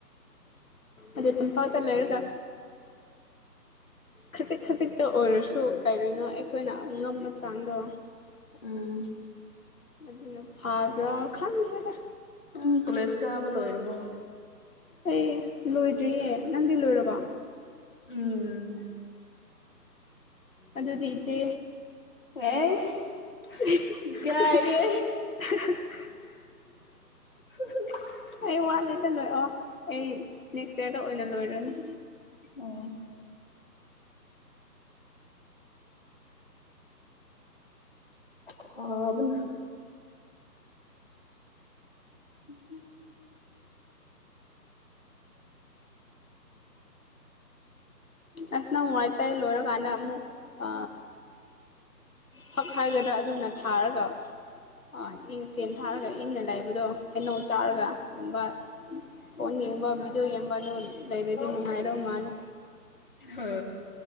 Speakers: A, on the left; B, on the left.
A: ꯑꯗꯣ ꯇꯝꯄꯥꯛ ꯇꯂꯔꯒ ꯈꯖꯤꯛ ꯈꯖꯤꯛꯇ ꯑꯣꯏꯔꯁꯨ ꯀꯔꯤꯅꯣ ꯑꯩꯈꯣꯏꯅ ꯉꯝꯕ ꯆꯥꯡꯗꯣ
B: ꯎꯝ
A: ꯑꯗꯨꯅ ꯐꯕ꯭ꯔꯥ ꯈꯟꯗ꯭ꯔꯗ
B: ꯎꯝ ꯀꯂꯦꯖ ꯊꯕ ꯂꯣꯏꯔꯔꯕ
A: ꯑꯩ ꯂꯣꯏꯗ꯭ꯔꯤꯌꯦ ꯅꯪꯗꯤ ꯂꯣꯏꯔꯕꯣ
B: ꯎꯝ
A: ꯑꯗꯨꯗꯤ ꯏꯆꯦ
B: ꯑꯦꯁ
A: <inaudible>
B: ꯏꯀꯥꯏꯌꯦ ꯎ
A: ꯑꯩ ꯋꯥꯠꯂꯦꯗ ꯂꯣꯏ ꯑꯣ ꯑꯩ ꯅꯦꯛꯁ ꯏꯔꯗ ꯑꯣꯏꯅ ꯂꯣꯏꯔꯅꯤ
B: ꯑꯣ ꯁꯥꯕꯅ ꯎꯝ
A: ꯑꯁ ꯅ ꯉꯥꯏꯇꯩ ꯂꯣꯏꯔꯀꯥꯟꯗ ꯑꯃꯨꯛ ꯑ ꯐꯛ ꯍꯥꯏꯒꯗ꯭ꯔꯥ ꯑꯗꯨꯅ ꯊꯥꯔꯒ ꯑ ꯏꯪ ꯐꯦꯟ ꯊꯥꯔꯒ ꯏꯪꯅ ꯂꯥꯛꯏꯕꯗꯣ ꯍꯦꯩꯅꯧ ꯆꯥꯔꯒ ꯒꯨꯝꯕ ꯐꯣꯟ ꯌꯦꯡꯕ ꯕꯤꯤꯗꯤꯑꯣ ꯌꯦꯡꯕ ꯑꯗꯨ ꯂꯩꯔꯗꯤ ꯅꯨꯡꯉꯥꯏꯗꯧ ꯃꯥꯜꯂꯦ
B: ꯍ